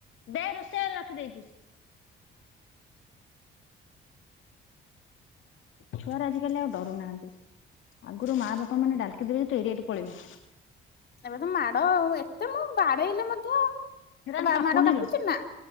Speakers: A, on the left; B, on the left.
A: ଦେ ରୋଷେଇ ଘରେ ରଖିଦେଇଛି। ଛୁଆଗୁରା ଆଜିକାଲି ଆଉ ଡରୁ ନାହାନ୍ତି ଆଗୁରୁ ମାଆ ବାପା ମାନେ ଡାଲ୍କି ଦେଲେ ତୁ ଏରିଆଟେ ପଳେଇବୁ।
B: ଏବେ ତ ମାଡ଼ ଆଉ ଏତେ ମୁଁ ବାଡେଇଲେ ମଧ୍ୟ
A: ସେଗୁରାଙ୍କୁ
B: ବା
A: କାପୁ
B: ମାଡ କାଟୁଛି
A: ନି ଲୋ।
B: ନା